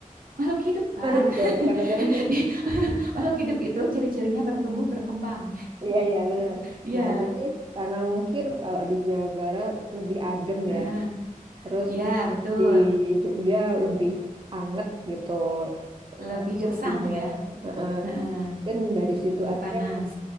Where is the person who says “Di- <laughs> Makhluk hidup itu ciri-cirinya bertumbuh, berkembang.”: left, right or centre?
Right